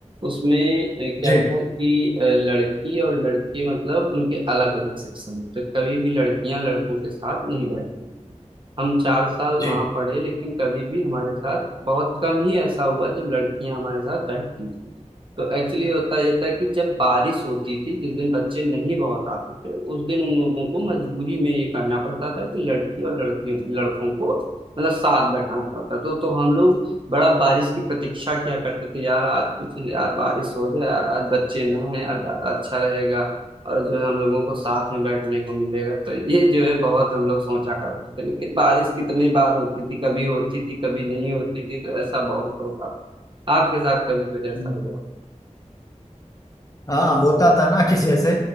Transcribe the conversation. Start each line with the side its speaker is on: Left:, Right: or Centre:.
Right: उसमें अ, क्या
Left: जी
Right: था कि अ, लड़की और लड़के मतलब उनके अलग अलग सेक्शन में, तो कभी भी लड़कियां लड़कों के साथ नहीं बैठती थी हम चार साल
Left: जी
Right: वहां पढ़े लेकिन कभी भी हमारे साथ बहुत कम ही ऐसा हुआ जब लड़कियां हमारे साथ बैठती थी तो एक्चुअली होता ये था कि जब बारिश होती थी जिस दिन बच्चे नहीं बहुत आते थे उस दिन उन लोगों को मजबूरी में ये करना पड़ता था कि लड़की और लड़कियों लड़कों को मतलब साथ बैठाना पड़ता तो तो हम लोग बड़ा बारिश की प्रतीक्षा किया करते थे यार आज कुछ यार बारिश हो जाए यार आज बच्चे ना आए यार ज्यादा अच्छा रहेगा और जो है हम लोगों को साथ में बैठने को मिलेगा तो ये जो है बहुत हम लोग सोचा करते थे लेकिन बारिश कितनी बार होती थी कभी होती थी कभी नहीं होती थी तो ऐसा बहुत होता था आपके साथ कभी कुछ ऐसा
Left: हम्म।
Right: हुआ
Left: हाँ होता था ना कि जैसे